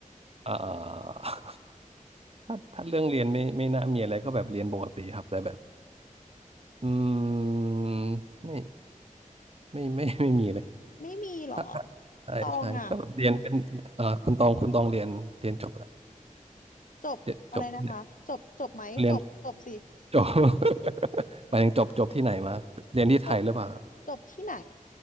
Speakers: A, on the right (about 45°); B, on the left (about 70°).
A: อ่า <laughs> ถ้าถ้าเรื่องเรียนไม่ไม่น่ามีอะไรก็แบบเรียนปกติครับแต่แบบอืมไม่ไม่ไม่ <laughs> ไม่มีเลย
B: ไม่มีเหรอ
A: ถ้าถ้าใช่ใช่ก็แบบเรียนเป็นเอ่อคุณตองคุณตองเรียนเรียนจบอะไร
B: ตองอ่ะ จบอะไรนะคะจบจบไหมจบจบสิ
A: เรียนจบเนี่ยเรียนจบ <laughs> หมายถึงจบจบที่ไหนมาเรียนที่ไทยหรือเปล่า
B: จบจบที่ไหน